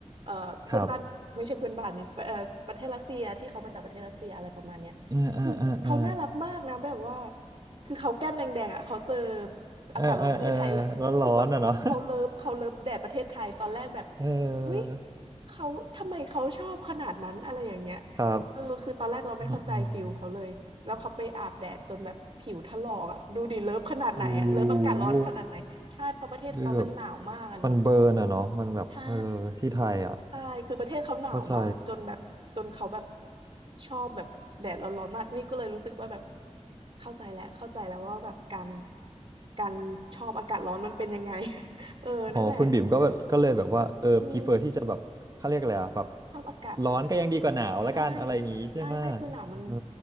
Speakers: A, on the right (about 55°); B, on the right (about 30°).
A: เอ่อเพื่อนบ้านไม่ใช่เพื่อนบ้านนี่เอ่อประเทศรัสเซียที่เขามาจากประเทศรัสเซียอะไรประมาณเนี้ย
B: ครับเอ่าอ่าอ่าออ
A: คือเขาน่ารักมากนะแบบว่าคือเขาแก้มแดงๆอะเขาเจอ
B: เออเออเออแล้วร้อนอ่ะเนาะ
A: อากาศร้อนประเทศไทยแล้วรู้สึกว่าเขาเลิฟเขาเลิฟแดดประเทศไทยตอนแรกแบบ
B: <laughs> เอ
A: อุ๊ย
B: อ
A: เขาทำไมเขาชอบขนาดนั้นอะไรอย่างเงี้ย
B: ครับ
A: เออคือตอนแรกเราไม่เข้าใจฟีลเขาเลย
B: อืมอืม
A: แล้วเขาไปอาบแดดจนแบบผิวถลอกอะดูดิเลิฟขนาดไหนอะเลิฟอากาศร้อนขนาดไหนใช่เพราะประเทศเขามันหนาวมากอะเนาะ
B: โอ้โหคือแบบมันเบิร์นอะเนาะมันแบบเออที่ไทยอะ
A: ใช่ ใช่ คือประเทศเขาหนาวมากจนแบบจนเขาแบบ
B: เข้าใจ
A: ชอบแบบแดดร้อนๆมากนี่ก็เลยรู้สึกว่าแบบเข้าใจแล้วเข้าใจแล้วว่าแบบการการชอบอากาศร้อนมันเป็นยังไง <laughs> เออนั่นแหละ
B: อ๋อคุณบิ่มก็แบบก็เลยแบบว่าเออพีเฟอร์ที่จะแบบเขาเรียกอะไรอะแบบ
A: อืมชอบอากาศ
B: ร้อนก็ยังดีกว่าหนาวละกันอะไรอย่างงี้ใช่ไหม
A: ใช่ใช่ใช่คือหนาวมัน
B: เออ